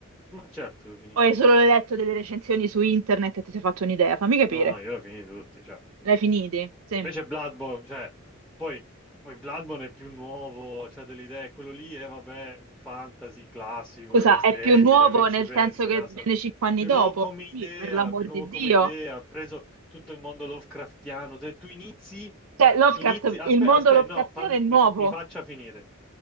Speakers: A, in the centre; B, on the right.
A: Ma certo, ho finito
B: O hai
A: tutti.
B: solo letto delle recensioni su internet e ti sei fatto un'idea? Fammi capire.
A: No, no, io ho finiti tutti, cioè, non-
B: L'hai
A: non-
B: finiti? Sì.
A: invece Bloodborne, cioè, poi, poi Bloodborne è più nuovo, c'ha delle idee, quello lì è, vabbè, fantasy classico,
B: Scusa,
A: i castelli,
B: è più nuovo
A: le principesse,
B: nel senso che
A: la sap-
B: viene cinque anni
A: più
B: dopo?
A: nuovo come idea,
B: Sì, per l'amor
A: più nuovo
B: di Dio.
A: come idea, ha preso tutto il mondo Lovecraftiano, se tu inizi,
B: Cioè, Lovecraft,
A: inizi, aspetta,
B: il mondo
A: aspetta,
B: Lovecraftiano
A: no, fammi,
B: è nuovo.
A: mi fa- mi faccia finire,